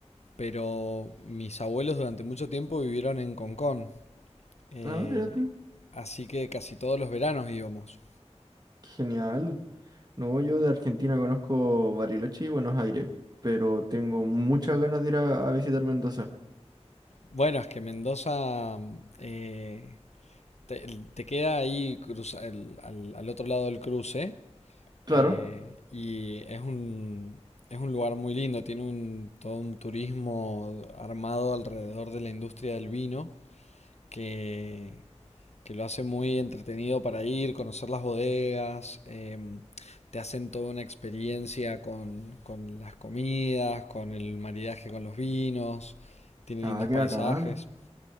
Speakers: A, on the left; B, on the right.
A: pero mis abuelos durante mucho tiempo vivieron en Concón, eh,
B: Ah, mira tú.
A: así que casi todos los veranos íbamos.
B: Genial. No, yo de Argentina conozco Bariloche y Buenos Aires, pero tengo muchas ganas de ir a, a visitar Mendoza.
A: Bueno, es que Mendoza eh, te, te queda ahí cruza- el- al, al otro lado del cruce
B: Claro.
A: eh, y es un, es un lugar muy lindo, tiene un, todo un turismo armado alrededor de la industria del vino. que, que lo hace muy entretenido para ir, conocer las bodegas, em, te hacen toda una experiencia con, con las comidas, con el maridaje con los vinos, tiene
B: Ah,
A: lindos
B: qué
A: paisajes.
B: bacán.